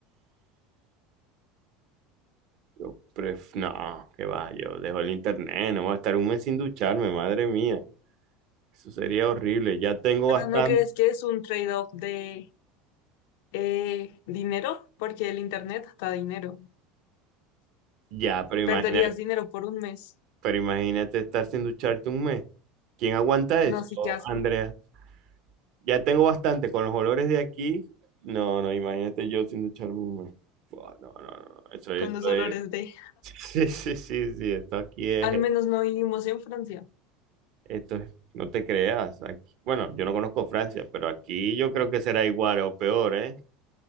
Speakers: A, on the right (about 60°); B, on the left (about 75°).
A: Yo pref... No, qué va, yo dejo el internet, no voy a estar un mes sin ducharme, madre mía. Eso sería horrible. Ya tengo
B: Pero
A: bastante.
B: ¿no crees que es un trade-off de eh, dinero? Porque el internet da dinero.
A: Ya, pero imagínate,
B: Perderías dinero por un mes.
A: pero imagínate estar sin ducharte un mes. ¿Quién aguanta
B: No,
A: eso,
B: sí, qué asco.
A: Andrea? Ya tengo bastante con los olores de aquí. No, no, imagínate yo sin ducharme un mes. Buah, no, no, no. Eso, eso
B: Con los olores
A: es
B: de...
A: Sí, sí, sí, sí, esto aquí es,
B: Al
A: eh,
B: menos no vivimos en Francia.
A: esto es, no te creas, aquí, bueno, yo no conozco Francia, pero aquí yo creo que será igual o peor, ¿eh?